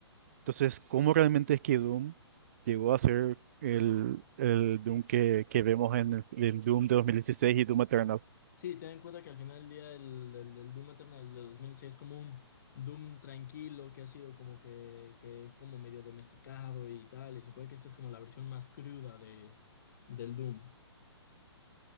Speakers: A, on the right; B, on the left.
A: Entonces, ¿cómo realmente es que Doom llegó a ser el, el Doom que, que vemos en el, el Doom de 2016 y Doom Eternal?
B: Sí, ten en cuenta que al final del día el, el, el Doom Eternal del 2006 es como un Doom tranquilo que ha sido como que, que es como medio domesticado y tal. Y supongo que esta es como la versión más cruda de, del Doom.